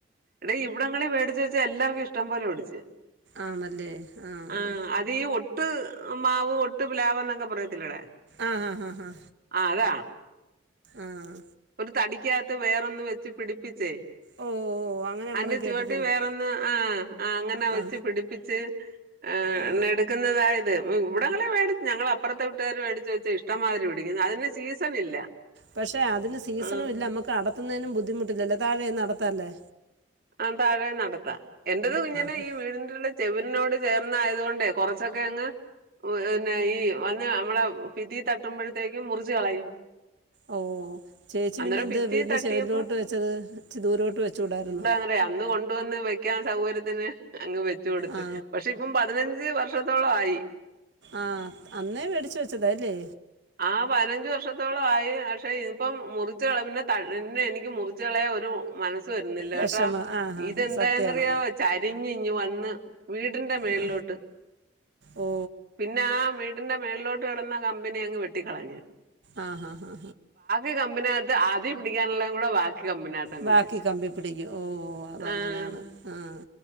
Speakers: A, on the right; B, on the right.
A: എടെ ഇവിടങ്ങളീ വേടിച്ച് വെച്ച് എല്ലാർക്കും ഇഷ്ടം പോലെ പിടിച്ച്
B: ആണല്ലേ ആഹ്
A: ആ അത് ഈ ഒട്ട് മാവ് ഒട്ട് പ്ലാവ് എന്നൊക്കെ പറയത്തില്ലടാ
B: ആഹ് ആഹ് ആഹ് ആഹ്
A: ആരാ
B: ആഹ്
A: ഒരു തടിക്കകത്ത് വേറൊന്ന് വെച്ച് പിടിപ്പിച്ചേ
B: ഓ ഓ അങ്ങനെ നമ്മളും
A: അന്റെ
B: കേട്ടിട്ടുണ്ട്
A: ചുവട്ടി വേറെന്ന് ആഹ് ആഹ് അങ്ങനെ വെച്ച്
B: ആ
A: പിടിപ്പിച്ച് ആഹ്
B: ആ
A: ണ് എടുക്കുന്നതാ ഇത് വ് ഇവിടങ്ങളി വേടി ഞങ്ങളെ അപ്പറത്തെ വീട്ടുകാർ മേടിച്ചു വെച്ച് ഇഷ് ഇഷ്ട മാതിരി പിടിക്കുന്നു അതിന് സീസണി ഇല്ല
B: പക്ഷെ അതിന് സീസണും
A: ആ
B: ഇല്ല നമ്മുക്ക് അടത്തുന്നതിനും ബുദ്ധിമുട്ടില്ലല്ലോ താഴെയിന്നു അടുത്തല്ലേ
A: ആഹ് താഴെ അടത്താ എന്റെതും ഇങ്ങനെ
B: ഹാ.
A: ഈ വീടിന്റെ ചെവിരിനോട് ചേർന്ന ആയതു കൊണ്ടേ കൊറച്ചൊക്കെ അങ്ങ് അഹ് നെ ഈ വന്ന് നമ്മള്ളെ ഫിതി തട്ടുമ്പോഴത്തേക്കും മുറിച്ച് കളയും
B: ഓ ചേച്ചി
A: അന്നേരം
B: പിന്നെ എന്ത്
A: ഫിത്തി
B: വീടിന്റെ
A: തട്ടിയപ്പോ
B: ചെവരിലോട്ട് വെച്ചത് ച്ദൂരോട്ട് വെച്ചൂടായിരുന്നോ
A: ന്തറയാ അന്ന് കൊണ്ടുവന്ന് വെക്കാൻ സൗകര്യത്തിന് അങ്ങ് വെ വെച്ച് കൊടുത്ത്
B: ആ
A: പക്ഷെ ഇപ്പം പതിനഞ്ച് വർഷത്തോളം ആയി
B: ആഹ് അന്നേ വേടിച്ച് വെച്ചത അല്ലേ
A: ആ പതിനഞ്ച് വർഷം ത്തോള ആയി പക്ഷെ ഇതിപ്പം മുറിച്ച് കളയും പിന്നെ തളിര് എനിക്ക് മുറിച്ച്കളയ ഒരു മനസ് സ് വരുന്നില്ല
B: വിഷമം
A: ട്ടാ
B: ആ ഹാ
A: ഇതെന്തായന്നറിയാവൊ
B: സത്യമാണ്
A: ചരിഞ്ഞിങ് വന്ന് വീട്ന്റെ മേളിലോട്ട്
B: ആ ഓ
A: പിന്നെ ആ വീടിന്റെ മേളിലോട്ട് കടന്ന കമ്പനി അങ്ങ് വെട്ടിക്കളയാ
B: ആഹ് ആഹ്
A: ഈ കമ്പിനകത്ത് ആദ്യ പിടിക്കാനുള്ള കൂടെ വാക്ക് കമ്പിനകത്ത് അങ്ങ്
B: ബാക്കി
A: പിടിച്ച്
B: കമ്പി പിടിക്കും ഓഹ് അതങ്ങനെയാണ്
A: ആഹ്
B: ആഹ്